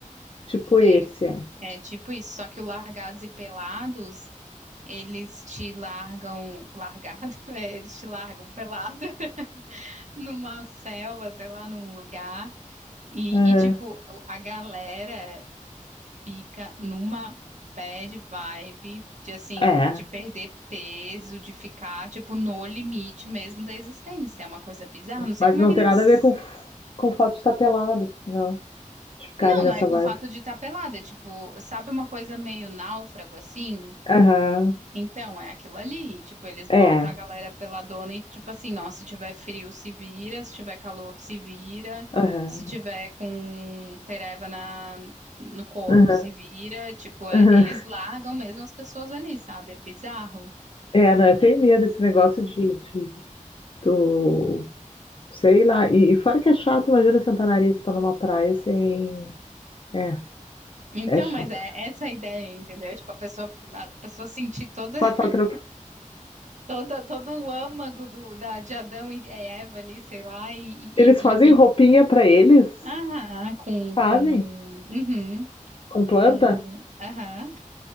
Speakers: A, on the left (about 40°); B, on the right (about 60°).
A: Tipo esse,
B: É,
A: é.
B: é tipo isso, só que o Largados e Pelados, eles te largam largado, <laughs> é, eles te largam pelado <laughs> numa selva, sei lá, num lugar. E,
A: Uhum.
B: e tipo, a galera fica numa bad vibe de assim,
A: É,
B: de perder peso, de ficar tipo no limite mesmo da existência. É uma coisa bizarra, não sei
A: mas
B: como
A: não
B: é que
A: tem
B: eles
A: nada a ver com, f- com o fato de estar pelado, não. De ficarem
B: Não,
A: nessa
B: não é com
A: vibe.
B: o fato de estar pelada, é tipo, sabe uma coisa meio náufrago assim?
A: Aham,
B: Então, é aquilo ali. Tipo, eles
A: É,
B: botam a galera peladona e, tipo assim, ó, se tiver frio, se vira, se tiver calor, se vira,
A: aham,
B: se tiver com pereba na, no corpo,
A: aham,
B: se vira. Tipo, é-
A: aham.
B: eles largam mesmo as pessoas ali, sabe? É bizarro.
A: É, não, eu tenho medo desse negócio de, de do, sei lá, e, e fora que é chato, imagina sentar nariz e estar numa praia sem, é,
B: Então,
A: É chato.
B: mas é essa a ideia, entendeu? Tipo, a pessoa, a pessoa sentir toda,
A: Passa
B: <laughs>
A: outro.
B: toda, todo o âmago do, da, de Adão e Eva ali, sei lá, e, e,
A: Eles
B: e,
A: fazem roupinha
B: e-
A: pra eles?
B: ah, com,
A: Fazem?
B: com, uhum,
A: Com planta?
B: com, aham.